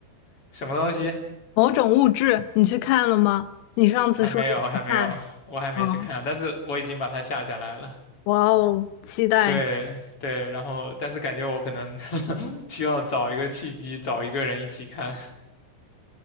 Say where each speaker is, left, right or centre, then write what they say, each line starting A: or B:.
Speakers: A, on the left (about 35°); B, on the left (about 90°).
A: 什么东西，
B: 某种物质，你去看了吗？你上次说你想看，
A: 还没有还没有，我还没去看，
B: 啊，哦
A: 但是我已经把它下下来了。
B: 哇哦，期待，
A: 对对，然后但是感觉我可能 <laughs> 需要找一个契机，找一个人一起看，